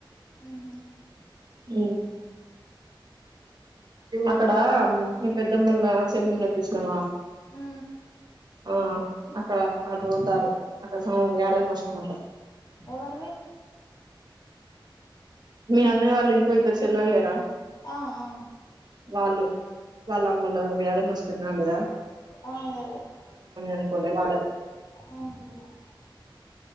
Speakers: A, on the left; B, on the right.
A: ఊహు
B: హు అక్కడ మీ పెద్దమ్మోల చెల్లి ఉన్నెది చూసన్నావా.
A: ఉ
B: ఆ అక్కడ అడుతారు అక్కడ అవును యడవ్ కొష్కుఅట
A: ఎవరిది
B: మీ అన్నయ్య వాళ్ళు ఇంకో ఇద్దరు చెల్లలేరా
A: ఆ ఆ
B: వాళ్ళు వాళ్ళమ్మన ఏడన్న స్ క్క నాలద
A: ఆ అదే
B: అనుకోలే వాళ్ళది
A: అదే ఉహు